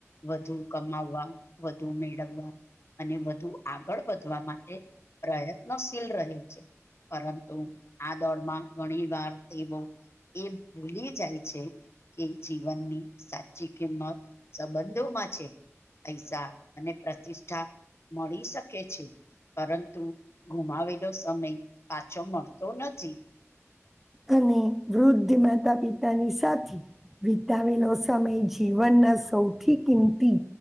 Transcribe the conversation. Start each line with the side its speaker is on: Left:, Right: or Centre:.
Left: વધુ કમાવવા, વધુ મેળવવા, અને વધુ આગળ વધવા માટે પ્રયત્નશીલ રહે છે. પરંતુ આ દોડમાં ઘણી વાર તે બવ. એ ભૂલી જાય છે. કે જીવનની સાચી કિંમત સંબંધોમાં છે. પૈસા અને પ્રતિષ્ઠા મળી શકે છે. પરંતુ ગુમાવેલો સમય પાછો મળતો નથી.
Centre: અને વૃદ્ધ માતા પિતાની સાથે. વિતાવેલો સમય જીવનના સૌથી કિંમતી.